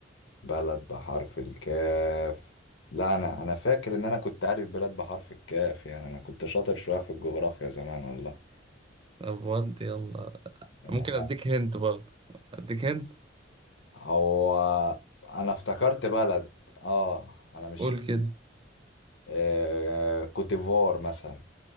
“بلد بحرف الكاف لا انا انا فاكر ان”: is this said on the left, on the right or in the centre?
Left